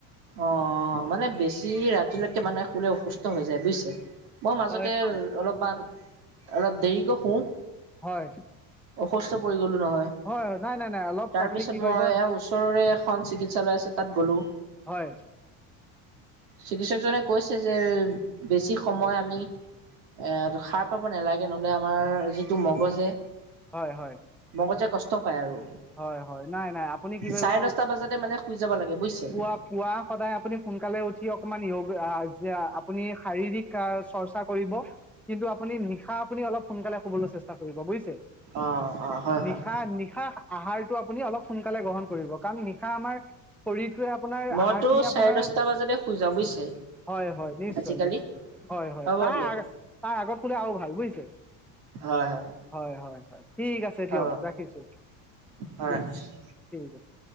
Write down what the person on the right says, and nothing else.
অঁ মানে বেছি ৰাতিলৈকে মানুহে শুলে অসুস্থ হৈ যায় বুইছে। মই মাজতে
অলপমান অলপ দেৰিকৈ শুওঁ।
অসুস্থ পৰি গ'লোঁ নহয়।
তাৰপিছত
মই
এইয়া ওচৰৰে এখন চিকিৎসালয় আছে তাত গ'লোঁ।
চিকিৎসকজনে কৈছে যে বেছি সময় আমি এ সাৰ পাব নালাগে নহলে আমাৰ যিটো মগজে
মগজে কষ্ট পায় আৰু।
চাৰে
দহটা বজাতে মানে শুই যাব লাগে বুজিছে।
অ', অ', হয়, হয়।
মইতো
চাৰে
দহটা বজাতে শুই যাওঁ বুজিছে
আজিকালি
হ'ব
দিয়ক।
হয় হয়।
হ'ব
হয়
ৰাখিছোঁ।